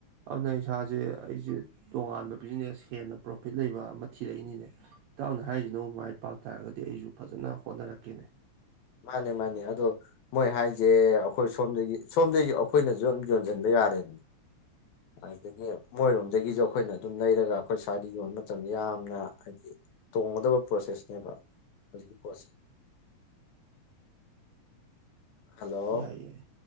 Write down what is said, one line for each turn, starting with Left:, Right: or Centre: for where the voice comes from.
Right: ꯑꯗꯨꯅ
Left: ꯎꯝ
Right: ꯏꯁꯥꯁꯦ ꯑꯩꯁꯦ ꯇꯣꯉꯥꯟꯕ ꯕꯤꯖꯤꯅꯦꯁ ꯍꯦꯟꯅ ꯄ꯭ꯔꯣꯐꯤꯠ ꯂꯩꯕ ꯑꯃ ꯊꯤꯔꯛꯏꯅꯤꯅꯦ ꯏꯇꯥꯎꯅ ꯍꯥꯏꯔꯤꯖꯤꯅꯕꯨ ꯃꯥꯏ ꯄꯥꯎ ꯇꯥꯔꯗꯤ ꯑꯩꯁꯨ ꯐꯖꯟꯅ ꯍꯣꯠꯅꯔꯛꯀꯦꯅꯦ
Left: ꯃꯥꯅꯦ ꯃꯥꯅꯦ ꯑꯗꯣ ꯃꯣꯏ ꯍꯥꯏꯁꯦ ꯑꯈꯣꯏ ꯁꯣꯝꯗꯒꯤ ꯁꯣꯝꯗꯒꯤ ꯑꯈꯣꯏꯅꯁꯨ ꯑꯗꯨꯝ ꯌꯣꯟꯖꯤꯟꯕ ꯌꯥ ꯌꯥꯔꯦꯗꯅ ꯑꯗꯒꯤ ꯃꯣꯏꯔꯣꯝꯗꯒꯤꯁꯨ ꯑꯈꯣꯏꯅ ꯗꯨꯝ ꯂꯩꯔꯒ ꯑꯩꯈꯣꯏ ꯁ꯭ꯋꯥꯏꯗ ꯌꯣꯟꯕ ꯃꯇꯝꯗ ꯌꯥꯝꯅ ꯍꯥꯏꯗꯤ ꯇꯣꯡꯒꯗꯕ ꯄ꯭ꯔꯣꯁꯦꯁꯅꯦꯕ ꯍꯧꯖꯤꯛꯀꯤ ꯄꯣꯠꯁꯦ ꯍꯜꯂꯣ
Right: ꯌꯥꯏ ꯌꯥꯏ